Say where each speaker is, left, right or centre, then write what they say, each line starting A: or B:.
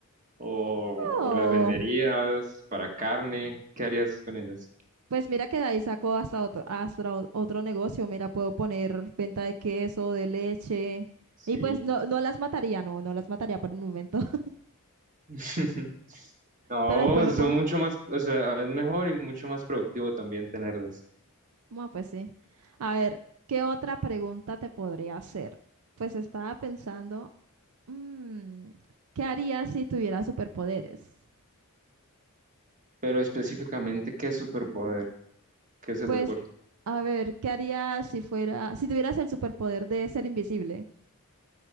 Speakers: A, on the right (about 35°); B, on the right (about 75°).
A: ¿O, o
B: ¡Oh!
A: las venderías para carne? ¿Qué harías con ellas?
B: Pues mira que de ahí saco hasta otro, hasta o- otro negocio. Mira, puedo poner venta de queso, de leche.
A: Sí.
B: Y pues no, no las mataría, no, no las mataría por un momento. <laughs>
A: <laughs> No,
B: Pero después me
A: son
B: puedo.
A: mucho más, o sea, es mejor y mucho más productivo también tenerlas.
B: Bueno, pues sí. A ver, ¿qué otra pregunta te podría hacer? Pues estaba pensando, mm, ¿qué harías si tuvieras superpoderes?
A: Pero específicamente, ¿qué superpoder? ¿Qué se
B: Pues,
A: te ocurre?
B: a ver, ¿qué harías si fuera, si tuvieras el superpoder de ser invisible?